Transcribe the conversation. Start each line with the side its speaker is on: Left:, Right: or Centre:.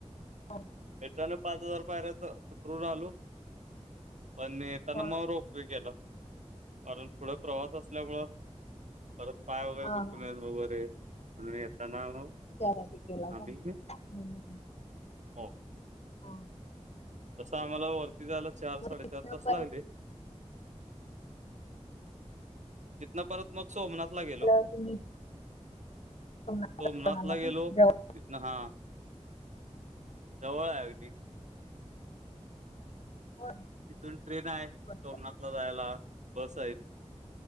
Left: हां.
Right: एकना पाच हजार पायऱ्याच उतरून आलो, पण येताना
Left: हा
Right: मग रो केला, कारण पुढ प्रवास असल्यामुळे, परत पाय वगैरे
Left: हा
Right: दुखून
Left: हा
Right: वगैरे, म येताना <unintelligible>
Left: त्यारा टीकेला
Right: आम्ही
Left: का? हम.
Right: हो
Left: हां.
Right: तसं आम्हाला वरती जायला, चार-साडेचार
Left: मग तिथनं
Right: तास
Left: परत
Right: लागले. तिथन परत मग सोमनाथला गेलो.
Left: आल्यावर तुम्ही कोणाला
Right: सोमनाथला
Left: काय
Right: गेलो,
Left: जवळ
Right: <unintelligible> हा. जवळ आहे अगदी.
Left: होय
Right: तिथून ट्रेन आहे, सोमनाथला
Left: होय
Right: जायला, बस आहेत.